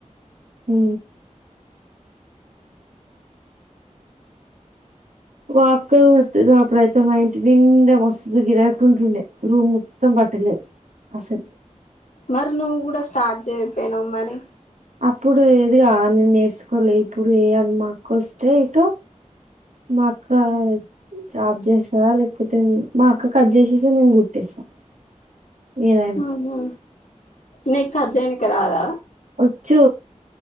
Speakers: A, on the right (about 75°); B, on the left (about 80°).
A: ఉ మా అక్క కొర్తునపుడు అయితే మా అంటి నిండా మస్తు గిరాంటండే రూమ్ మొత్తం బట్టలేదు అసలు.
B: మరి నువ్వు కూడా స్టార్ట్ చేయిపోయినావు మరి
A: అప్పుడు ఏదిగా నను నేర్చుకోలేి ఇప్పుడు ఇయాల మా అక్క వస్తే ఇటు మా అక్క చాబ్ చేసా లే మా అక్క కట్ చేసేసి నేను గుట్టేస్తా ఏదైనా
B: ఉహు నీకు కట్ జేయనికి రాదా
A: వచ్చు